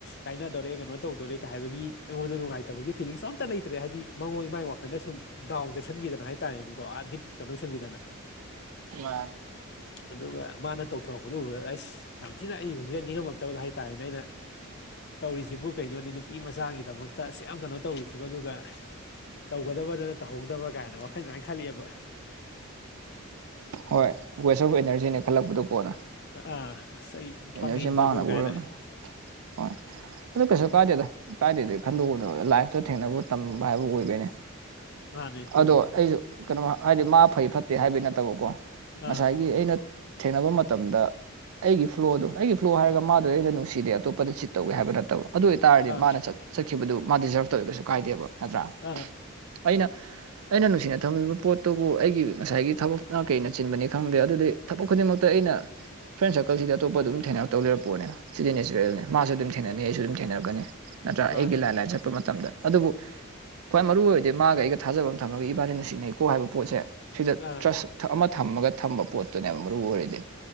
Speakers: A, on the left; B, on the right.
A: ꯀꯥꯏꯅꯗꯣꯔꯦ ꯀꯩꯅꯣ ꯇꯧꯗꯣꯔꯦꯒ ꯍꯥꯏꯕꯒꯤ ꯑꯩꯉꯣꯟꯗ ꯅꯨꯡꯉꯥꯏꯇꯕꯒꯤ ꯐꯤꯂꯤꯡꯁ ꯑꯝꯇ ꯂꯩꯇ꯭ꯔꯦ ꯍꯥꯏꯗꯤ ꯃꯉꯣꯏ ꯃꯥꯏ ꯋꯥꯈꯜꯗ ꯁꯨꯝ ꯗꯥꯎꯟ ꯆꯠ ꯁꯟꯈꯤꯗꯅ ꯍꯥꯏꯇꯥꯔꯦꯅꯦꯀꯣ ꯑꯥ ꯗꯤꯠ <unintelligible> ꯀꯗꯧ <unintelligible> ꯁꯟꯈꯤꯗꯅ
B: ꯋꯥꯏ <unintelligible>
A: ꯑꯗꯨꯒ ꯃꯥꯅ ꯇꯧꯊꯣꯔꯛꯄꯗꯨ ꯎꯕꯗ ꯑ꯭ꯁ ꯌꯥꯝ ꯊꯤꯅ ꯑꯩ ꯍꯧꯖꯤꯛꯇ ꯅꯤꯡꯉꯝꯃꯛꯇꯕꯗ ꯍꯥꯏꯇꯥꯔꯦꯅꯦ ꯑꯩꯅ ꯇꯧꯔꯤꯁꯤꯕꯨ ꯀꯩꯅꯣꯅꯤ ꯅꯨꯄꯤ ꯃꯆꯥꯝꯒꯤꯗꯃꯛꯇ ꯑꯁꯨꯛꯌꯥꯝ ꯀꯩꯅꯣ ꯇꯧꯔꯤꯁꯤꯕꯨ ꯑꯗꯨꯒ ꯇꯧꯒꯗꯕꯗꯅ ꯇꯧꯍꯧꯗꯕ ꯀꯥꯏꯅ ꯋꯥꯈꯟꯁꯨꯨꯃꯥꯏꯅ ꯈꯂꯛꯑꯦꯕ
B: ꯍꯣꯏ ꯋꯦꯁ ꯑꯣꯐ ꯑꯦꯅꯔꯖꯤꯅꯦ ꯈꯜꯂꯛꯄꯗꯣ ꯀꯣꯟꯅ
A: ꯑꯥ ꯑ꯭ꯁ ꯑꯩ
B: ꯑꯦꯅꯔꯖꯤ
A: ꯄꯪꯉꯤꯗꯒꯣ
B: ꯃꯥꯡꯅꯕ
A: ꯀꯥꯏꯅ
B: ꯑꯣꯏꯔꯝꯅꯤ ꯍꯣꯏ ꯑꯗꯨ ꯀꯩꯁꯨ ꯀꯥꯏꯗꯦꯗ ꯀꯥꯏꯗꯦꯗꯤ ꯈꯟꯗꯣꯛꯎꯅꯣ ꯂꯥꯏꯐꯇ ꯊꯦꯡꯅꯕ ꯇꯝꯕ ꯍꯥꯏꯕ ꯑꯣꯏꯕꯩꯅꯦ
A: ꯃꯥꯅꯦ ꯑꯗꯨꯕꯨꯗꯤ
B: ꯑꯗꯣ ꯑꯩꯁꯨ ꯀꯩꯅꯣ ꯍꯥꯏꯗꯤ ꯃꯥ ꯐꯩ ꯐꯠꯇꯦ ꯍꯥꯏꯕꯩ ꯅꯠꯇꯕꯀꯣ ꯉꯁꯥꯏꯒꯤ
A: ꯑꯥ
B: ꯑꯩꯅ ꯊꯦꯡꯅꯕ ꯃꯇꯝꯗ ꯑꯩꯒꯤ ꯐ꯭ꯂꯣꯗꯣ ꯑꯩꯒꯤ ꯐ꯭ꯂꯣ ꯍꯥꯏꯔꯒ ꯃꯥꯗꯣ ꯑꯩꯅ ꯅꯨꯡꯁꯤꯗꯦ ꯑꯇꯣꯞꯄꯗ ꯆꯤꯠ ꯇꯧꯒꯦ ꯍꯥꯏꯕ ꯅꯠ ꯇꯕ ꯑꯗꯨ ꯑꯣꯏꯇꯥꯔꯗꯤ
A: ꯑꯥ
B: ꯃꯥꯅ ꯆꯠ ꯆꯠꯈꯤꯕꯗꯨ ꯃꯥ ꯗꯤꯖ꯭ꯔꯞ ꯇꯧꯋꯦ ꯀꯩꯁꯨ ꯀꯥꯏꯗꯦꯕ ꯅꯠꯇ꯭ꯔꯥ
A: ꯑꯥ
B: ꯑꯩꯅ ꯑꯩꯅ ꯅꯨꯡꯁꯤꯅ ꯊꯝꯃꯤꯕ ꯄꯣꯠꯇꯨꯕꯨ ꯑꯩꯒꯤ ꯉꯁꯥꯏꯒꯤ ꯊꯕꯛꯅ ꯀꯩꯅ ꯆꯤꯟꯕꯅꯤ ꯈꯪꯗꯦ ꯑꯗꯨꯗꯤ ꯊꯕꯛ ꯈꯨꯗꯤꯡꯃꯛꯇ ꯑꯩꯅ ꯐ꯭ꯔꯦꯟ ꯁꯔꯀꯜꯁꯤꯗ ꯑꯇꯣꯞꯄ ꯑꯗꯨꯝ ꯊꯦꯡꯅꯔꯛꯇꯧ ꯂꯩꯔꯄꯣꯅꯦ ꯁꯤꯗꯤ ꯅꯦꯆꯔꯦꯜꯅꯦ ꯃꯥꯁꯨ ꯑꯗꯨꯝ ꯊꯦꯡꯅꯅꯤ ꯑꯩꯁꯨ ꯑꯗꯨꯝ ꯊꯦꯡꯅꯔꯛꯀꯅꯤ ꯅꯠꯇ꯭ꯔꯥ
A: ꯃꯥꯅꯤ
B: ꯑꯩꯒꯤ ꯂꯥꯏ ꯂꯥꯏ ꯆꯠꯄ ꯃꯇꯝꯗ ꯑꯗꯨꯕꯨ ꯈ꯭ꯋꯥꯏ ꯃꯔꯨ ꯑꯣꯏꯕꯗꯤ ꯃꯥꯒ ꯑꯩꯒ ꯊꯥꯖꯕ ꯑꯃ ꯊꯝꯃꯒ ꯏꯕꯥꯅꯤ ꯅꯨꯡꯁꯤꯅꯩꯀꯣ ꯍꯥꯏꯕ ꯄꯣꯠꯁꯦ ꯁꯤꯗ
A: ꯑꯥ
B: ꯇ꯭ꯔꯁ ꯊꯛ ꯑꯃ ꯊꯝꯃꯒ ꯊꯝꯕ ꯄꯣꯠꯇꯨꯅꯦꯕ ꯃꯔꯨ ꯑꯣꯏꯔꯤꯗꯤ